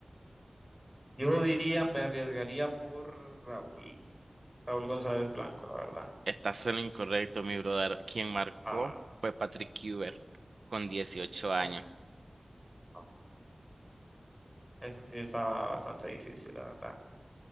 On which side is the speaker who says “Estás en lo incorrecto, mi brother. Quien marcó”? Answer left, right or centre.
Right